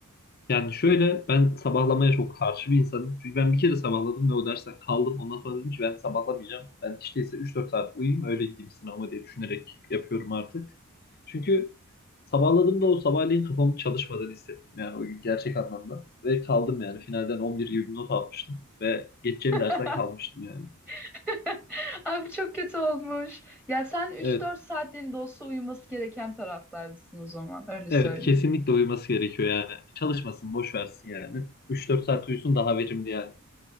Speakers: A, on the left; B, in the centre.
A: Yani şöyle ben sabahlamaya çok karşı bir insanım. Çünkü ben bir kere sabahladım ve o dersten kaldım. Ondan sonra dedim ki ben sabahlamayacağım. Ben işte ise üç dört saat uyuyayım öyle gideyim sınavıma diye düşünerek yapıyorum artık. Çünkü sabahladığımda o sabahleyin kafamın çalışmadığını hissettim. Yani o gün gerçek anlamda. Ve kaldım yani finalden 11 gibi bir not almıştım. Ve geçeceğim
B: <laughs>
A: dersten kalmıştım yani.
B: <laughs> Abi çok kötü olmuş. Ya sen 3-4
A: Evet,
B: saatliğinde olsa uyuması gereken taraflardasın o zaman. Öyle
A: evet
B: söyleyeyim.
A: kesinlikle uyuması gerekiyor yani. Çalışmasın, boş versin yani. Üç dört saat uyusun daha verimli yani.